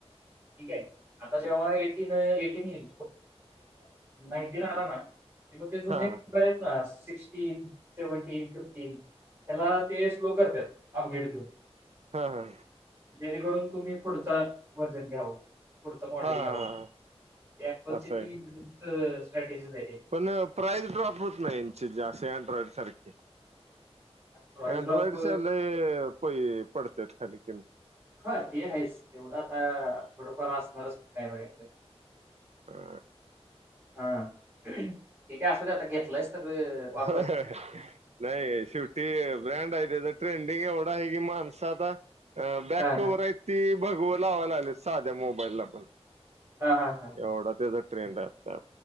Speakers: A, on the right; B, on the right.
A: ठीक हे, आता जेव्हा एटीन एटीन येईल. एटीन आला ना, की ते जुने
B: हा
A: मोबाईल
B: हा
A: आहेत ना. सिक्टीन, सेव्हनटीन, फिफ्टीन त्याला ते स्लो करतात अपडेट घेऊन.
B: हा हा..
A: जेणेकरून तुम्ही पुढचा वजन घ्याव. पुढच मॉडेल
B: हा
A: घ्यावा म्हणून, ते एप्पल
B: असं
A: ची ती
B: आहे
A: स्ट्रॅटेजीज आहे त्यांची.
B: पण प्राइस ड्रॉप होत नाही यांचे जा अँड्रॉइड सारखे.
A: प्राईस
B: अनड्रॉइडच्या
A: ड्रॉप
B: ल पै पडते खाली किमती
A: हा ते आहेच तेवढ आता थोडफार असणारच <unintelligible>
B: <unintelligible>
A: हह ठीक आहे. असू द्या आता घेतलायस तर अ, वापर
B: नाही शेवटी ब्रँड आहे त्याचा ट्रेंडिंग ए माणस आता बॅक
A: हा हा
B: कव्हर आहेत ती, भगव लावाय लागले साध्या मोबाईलला पण,
A: हा हा हा
B: एवढा तेचा ट्रेंड आहे.